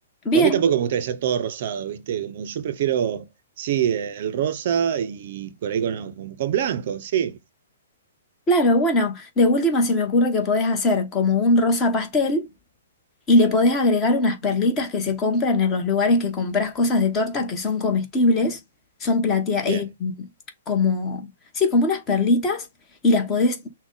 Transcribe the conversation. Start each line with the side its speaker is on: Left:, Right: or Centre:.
Left: bien,
Right: O a mí tampoco me gusta que sea todo rosado, ¿viste? Como yo prefiero, sí, eh, el rosa y por ahí con, con, con blanco, sí.
Left: claro, bueno, de última se me ocurre que podés hacer como un rosa pastel y le podés agregar unas perlitas que se compran en los lugares que compras cosas de torta que son comestibles, son platea,
Right: Bien.
Left: eh, como, sí, como unas perlitas y las podés